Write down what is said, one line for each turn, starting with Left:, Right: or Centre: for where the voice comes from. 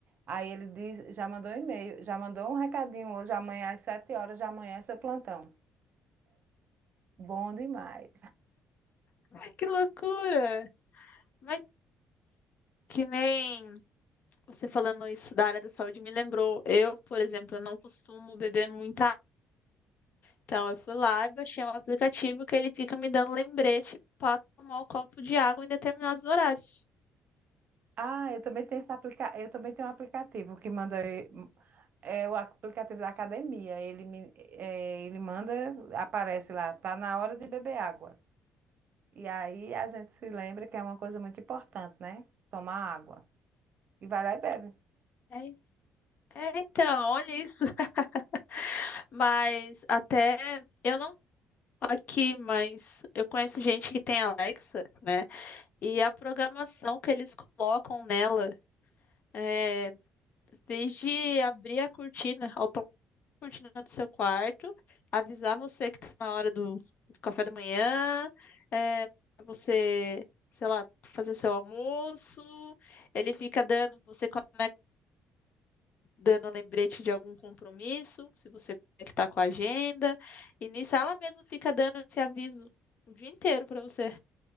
Right: Aí ele diz, já mandou um e-mail, já mandou um recadinho hoje, amanhã às sete horas, já amanhã é seu plantão. Bom demais.
Left: Ai, que loucura! Mas que nem você falando isso da área da saúde me lembrou. Eu, por exemplo, eu não costumo beber muita Então, eu fui lá e baixei um aplicativo que ele fica me dando lembrete para tomar o copo de água em determinados horários.
Right: Ah, eu também tenho esse aplica... eu também tenho um aplicativo que manda é o aplicativo da academia. Ele me é, ele manda, aparece lá, tá na hora de beber água. E aí a gente se lembra que é uma coisa muito importante, né? Tomar água. E vai lá e bebe.
Left: É, é, então, olha isso. <laughs> Mas até eu não aqui, mas eu conheço gente que tem Alexa, né? E a programação que eles colocam nela é desde abrir a cortina cortina do seu quarto, avisar você que tá na hora do café da manhã, é, pra você, sei lá, fazer seu almoço. Ele fica dando, você conecta, dando lembrete de algum compromisso, se você conectar com a agenda. E nisso ela mesma fica dando esse aviso o dia inteiro pra você.